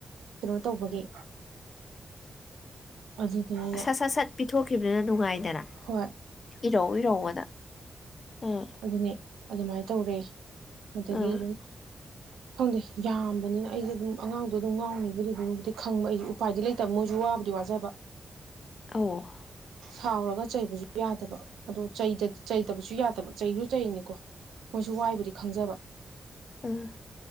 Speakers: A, on the right; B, on the left.
A: ꯀꯩꯅꯣ ꯇꯧꯕꯒꯤ ꯑꯗꯨꯗꯨꯅꯅꯦ
B: ꯑꯁꯥ ꯁꯥ ꯁꯥꯠ ꯄꯤꯊꯣꯛꯈꯤꯕꯅ ꯅꯨꯉꯥꯏꯗꯅ
A: ꯍꯣꯏ
B: ꯏꯔꯧ ꯏꯔꯧ ꯑꯅꯥ ꯎꯝ
A: ꯑꯗꯨꯅ‌ꯦ ꯑꯗꯨꯃꯥꯏ ꯇꯧꯔꯦ ꯑꯗꯒꯤ
B: ꯑꯥ
A: ꯑꯗꯨꯝ ꯈꯪꯗꯦ ꯌꯥꯝꯕꯅꯤꯅ ꯑꯩꯖ‌ꯦ ꯑꯗꯨꯝ ꯑꯉꯥꯡꯗꯣ ꯑꯗꯨꯝ ꯉꯥꯎꯔꯅꯤꯕꯨꯗꯤ ꯑꯗꯨꯝꯕꯨꯗꯤ ꯈꯪꯕ ꯑꯩꯖꯨ ꯎꯄꯥꯏꯗꯤ ꯂꯩꯇꯕ ꯃꯣꯏꯖꯨ ꯋꯥꯕꯨꯗꯤ ꯋꯥꯖꯕ
B: ꯑꯧ
A: ꯁꯥꯎꯔꯒ ꯆꯩꯕꯁꯨ ꯌꯥꯗꯕ ꯑꯗꯣ ꯆꯩꯗ ꯆꯩꯗꯕꯁꯨ ꯌꯥꯗꯕ ꯆꯩꯖꯨ ꯆꯩꯅꯤꯀꯣ ꯃꯣꯏꯁꯨ ꯋꯥꯏꯕꯨꯗꯤ ꯈꯪꯖꯕ
B: ꯑꯥ